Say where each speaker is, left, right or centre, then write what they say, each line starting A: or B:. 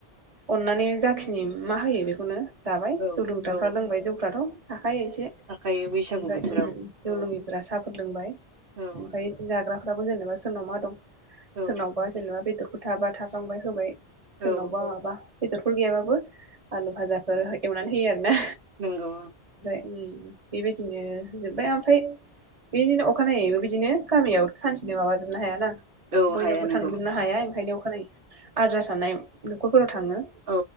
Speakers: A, on the right (about 35°); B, on the right (about 60°).
A: अननानै जाखिनि मा होयो बेखौनो जाबाय
B: औ
A: जौ लोंग्राफ्रा
B: औ
A: लोंबाय जौफ्राथ थाखायो एसे ओमफ्राय
B: थाखायो बैसागु बोथोराव
A: जौ
B: औ
A: लोङिफोरा साहाफोर लोंबाय
B: औ
A: ओमफ्राय
B: नंगौ
A: जाग्राफ्रा जेनेबा सोरनाव मा दं।
B: औ
A: सोरनावबा जेनेबा बेदर थाबा थाफांबाय होबाय
B: औ
A: सोरनावबा माबा- बेदरखौ गैयाबाबो आलु फाजाखौनो है एवनानै होयो आर ना।
B: नोंगौ।
A: बेबायदिनो होजोब्बाय ओमफ्राय बिदिनो अखानायैबो बिदिनो गामियाव सानसेनो माबाजोबनो हायाना
B: औ
A: बयनावबो
B: हाया नंगौ
A: थांजोबनो हाया ओंखायनो <unintelligible> आद्रा साननाय न'खर फोराव थाङो
B: औ